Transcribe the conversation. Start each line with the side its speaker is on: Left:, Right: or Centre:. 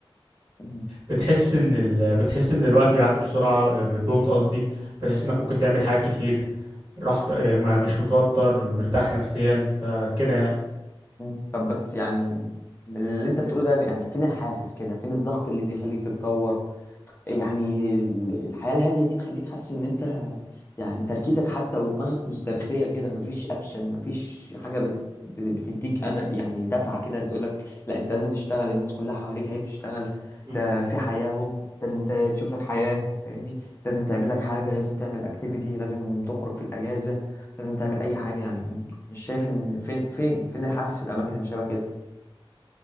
Left: مم.
Right: بتحس إن ال... بتحس إن الوقت بيعدي بسرعة ببطء قصدي بتحس إنك ممكن تعمل حاجات كتير رحت آه، ما مش متوتر مرتاح نفسيا فكده يعني
Left: مم. طب بس يعني من اللي انت بتقوله ده يعني فين الحافز كده فين الضغط اللي بيخليك تتطور يعني ال- الحياة الهادية دي تخليك حاسس ان انت يعني تركيزك حتى ودماغك مسترخية كده مفيش اكشن مفيش حاجة بت... بت- بتديك امل يعني دفعة كده تقولك لا انت لازم تشتغل الناس كلها حواليك اهي بتشتغل
Right: مم.
Left: ده في حياة اهو لازم ت- تشوف لك حياة فاهمني لازم تعمل لك حاجة لازم تعمل اكتيفيتي لازم تخرج في الاجازة لازم تعمل اي حاجة يعني مش شايف ان فين فين فين الحافز في الاماكن اللي شبه كده